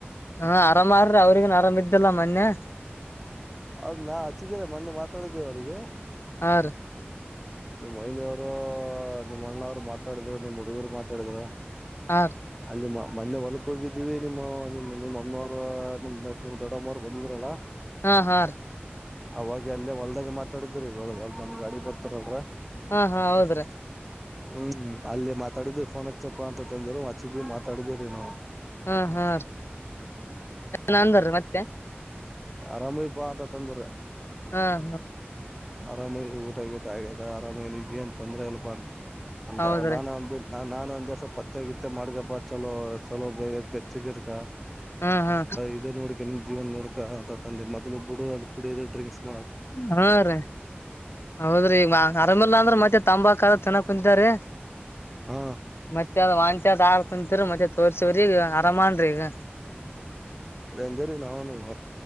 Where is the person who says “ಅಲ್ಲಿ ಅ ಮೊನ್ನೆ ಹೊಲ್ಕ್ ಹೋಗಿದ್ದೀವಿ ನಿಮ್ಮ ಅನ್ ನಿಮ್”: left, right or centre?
Centre